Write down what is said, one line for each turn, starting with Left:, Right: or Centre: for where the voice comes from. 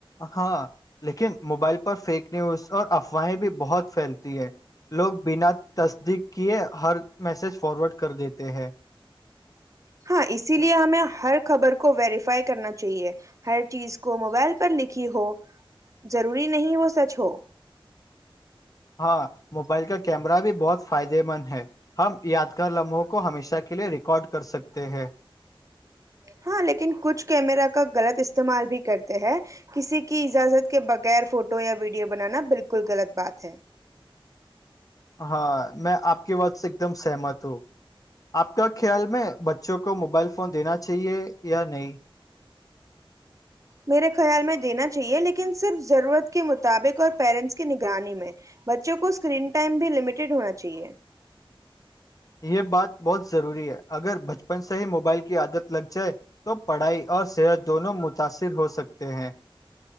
Left: ہاں لیکن موبائل پر فیک نیوز اور افواہیں بھی بہت پھیلتی ہے لوگ بنا تصدیق کیے ہر میسج فارورڈ کر دیتے ہیں
Right: ہاں اسی لیے ہمیں ہر خبر کو ویریفائی کرنا چاہیے ہر چیز کو موبائل پر لکھی ہو ضروری نہیں وہ سچ ہو
Left: ہاں موبائل کا کیمرہ بھی بہت فائدے مند ہے ہم یادگار لمحوں کو ہمیشہ کے لیے ریکارڈ کر سکتے ہیں
Right: ہاں لیکن کچھ کیمرا کا غلط استعمال بھی کرتے ہیں کسی کی اجازت کے بغیر فوٹو یا ویڈیو بنانا بالکل غلط بات ہے
Left: ہاں میں آپ کی وات سے ایک دم سہمت ہوں آپ کا خیال میں بچوں کو موبائل فون دینا چاہیے یا نہیں <inaudible>
Right: میرے خیال میں دینا چاہیے لیکن صرف ضرورت کے مطابق اور پیرنٹس کی نگرانی میں بچوں کو اسکرین ٹائم بھی لمیٹیڈ ہونا چاہیے
Left: یہ بات بہت ضروری ہے اگر بچپن سے ہی موبائل کی عادت لگ جائے تو پڑھائی اور صحت دونوں متاثر ہو سکتے ہیں